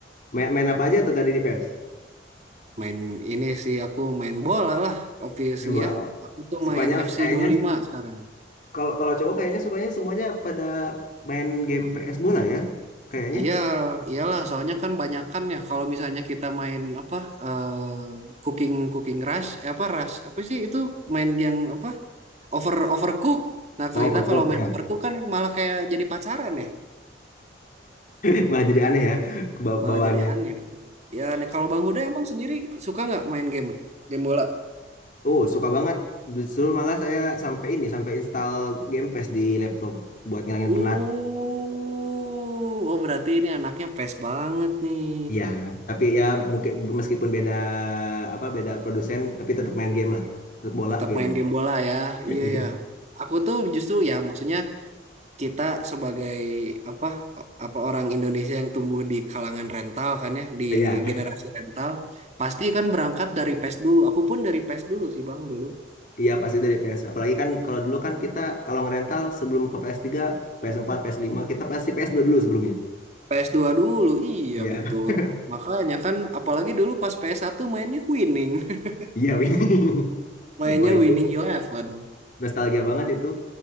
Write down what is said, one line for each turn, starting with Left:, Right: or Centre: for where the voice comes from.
Left: Main, main apa aja tuh tadi di PS?
Right: main ini sih aku main bola lah obviously
Left: Main bola.
Right: ya
Left: Oh.
Right: aku tuh
Left: Sukanya
Right: main FC
Left: kayaknya
Right: lima
Left: sih,
Right: sekarang
Left: kalau kalau cowok kayaknya sukanya semuanya pada main game PS bola ya? Kayaknya.
Right: iya iyalah soalnya kan banyakan ya kalau misalnya kita main apa eh, cooking cooking rush eh, apa rush apa sih itu main yang apa over overcook nah kalau
Left: Oh,
Right: kita
Left: pergok
Right: kalau main
Left: ya.
Right: overcook kan malah kayak jadi pacaran ya
Left: <laughs> Malah jadi aneh ya kebawaannya.
Right: malah jadi aneh dong. Ya, nih, kalau Bang Huda emang sendiri suka nggak main game, game bola?
Left: Oh, suka banget. Justru malah saya sampai ini, sampai install Game Pass di laptop buat ngilangin
Right: Uh,
Left: penat.
Right: oh berarti ini anaknya pes banget nih.
Left: Ya, tapi ya mungkin meskipun beda apa beda produsen, tapi tetap main game lah. Tetap bola
Right: Tetap
Left: gamenya.
Right: main game
Left: <laughs>
Right: bola ya,
Left: Iya.
Right: iya ya. Aku tuh justru ya maksudnya kita sebagai apa apa orang Indonesia yang tumbuh di kalangan rental kan ya, di
Left: Iya,
Right: generasi rental, pasti kan berangkat dari PES dulu. Aku pun dari PES dulu sih Bang dulu.
Left: iya pasti dari PS. Apalagi kan kalau dulu kan kita kalau ngerental sebelum ke PS3, PS4, ps lima kita pasti ps dua dulu sebelumnya.
Right: ps dua dulu, iya
Left: Iya.
Right: betul.
Left: <laughs>
Right: Makanya kan, apalagi dulu pas ps satu mainnya winning. <laughs>
Left: Iya, winning.
Right: Mainnya
Left: Wah, itu
Right: winning eleven.
Left: nostalgia banget itu.